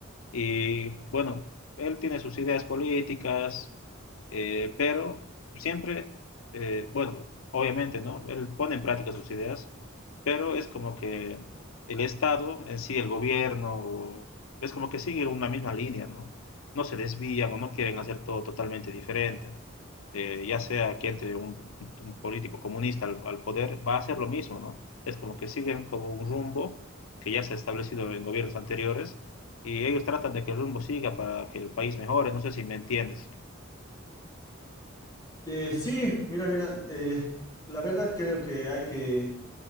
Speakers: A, on the left; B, on the left.
A: Y bueno, él tiene sus ideas políticas, eh, pero siempre, eh, bueno, obviamente, ¿no? Él pone en práctica sus ideas, pero es como que el Estado en sí, el gobierno, es como que sigue una misma línea, ¿no? No se desvían o no quieren hacer todo totalmente diferente eh, ya sea que entre un, un político comunista al, al poder, va a hacer lo mismo, ¿no? Es como que siguen como un rumbo que ya se ha establecido en gobiernos anteriores y ellos tratan de que el rumbo siga para que el país mejore, no sé si me entiendes.
B: Eh, sí, mira, mira, eh, la verdad creo que hay que